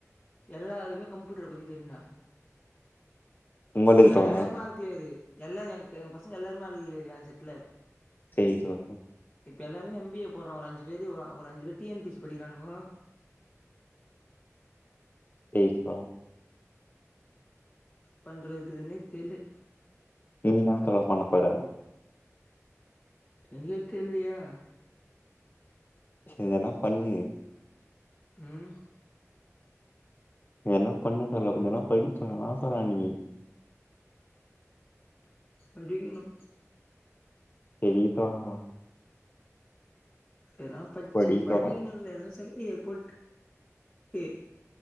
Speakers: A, on the left; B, on the left.
A: எல்லாருக்குமே கம்ப்யூட்டர பத்தி தெரியுடா
B: உங்களுக்கு
A: இப்ப நாங்க
B: தோழா
A: எல்லாருமே ஆள் க்ளியரு, எல்லா எங்க பசங்க எல்லாருமே ஆள் க்ளியரு எயே செட்ல
B: சேரி தோழா
A: இப்ப எல்லோருமே எம் பி ஏ போடுறோ ஒரு அஞ்சு பேரு ஒர் ஒரு அஞ்சு பேர் டி என் பி சி படிக்கிறானுங்கோ
B: எய்த் தா
A: பண்றதுன்னே தெர்லே
B: நீனா தோழா பண்ணப் போற
A: எனகே தெல்லியே
B: சேர் எதனா பண்ணு
A: ம்
B: எதனா பண்ண தோழா கொஞ்சனா படித் தோழா நா தோழா நீ
A: படிக்கணும்
B: செரி தோழா
A: எனா பச்சி
B: படி
A: படிக்கனுல்ல
B: தோழா
A: எதனா தெர்லியே போட்டு